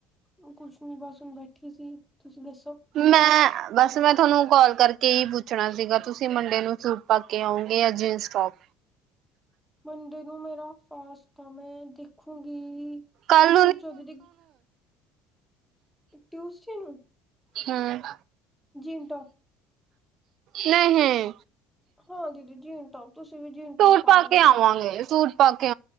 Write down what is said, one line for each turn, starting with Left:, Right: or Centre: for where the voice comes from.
Centre: ਕੁਛ ਨੀ ਬਸ ਹੁਣ ਬੈਠੀ ਸੀ, ਤੁਸੀਂ ਦੱਸੋ?
Right: ਮੈਂ ਬਸ ਮੈਂ ਤੁਆਨੂੰ ਕਾਲ ਕਰਕੇ ਏ ਈ ਪੁੱਛਣਾ ਸੀਗਾ, ਤੁਸੀਂ ਮਡੇ ਨੂੰ ਸੂ ਪਾ ਕੇ ਆਉਂਗੇ ਜਾਂ ਜੀਨਸ ਟੋਪ
Centre: ਮੰਡੇ ਨੂੰ ਮੇਰਾ ਫਾਸਟ‌ ਆ ਮੈਂ ਦੇਖੂੰਗੀ
Right: ਕੱਲ
Centre: ਸੂਟ 'ਚ ਦੀ ਟਿਊਸਡੇ ਨੂੰ
Right: ਹੂੰ
Centre: ਜੀਨ ਟੋਪ।
Right: ਨਹੀਂ।
Centre: ਹਾਂ ਦੀਦੀ ਜੀਨ ਟੋਪ, ਤੁਸੀਂ ਵੀ ਜੀਨ ਟੋਪ
Right: ਸੂਟ
Centre: ਪਾਏਂ
Right: ਪਾ ਕੇ
Centre: ਆਇਓ।
Right: ਆਵਾਂਗੇ ਸੂਟ ਪਾ ਕੇ